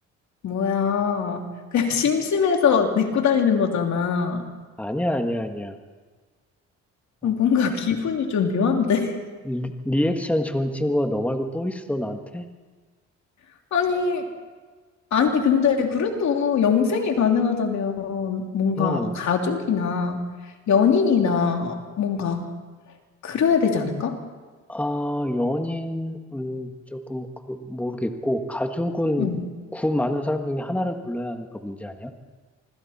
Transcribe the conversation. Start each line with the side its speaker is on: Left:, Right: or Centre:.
Left: 뭐야. 그냥 <laughs> 심심해서 내고 다니는 거잖아.
Centre: 아니야, 아니야, 아니야. 어,
Left: 어, 뭔가 기분이 좀 묘한데?
Centre: 리, 리액션 좋은 친구가 너 말고 또 있어, 나한테?
Left: <laughs> 아니, 아니, 근데 그래도 영생이 가능하다면 뭔가
Centre: 응,
Left: 가족이나 연인이나 뭔가 그래야 되지 않을까?
Centre: 아, 연인은 조금 그 모르겠고, 가족은
Left: 응.
Centre: 구 많은 사람 중에 하나를 골라야 하니까 문제 아니야?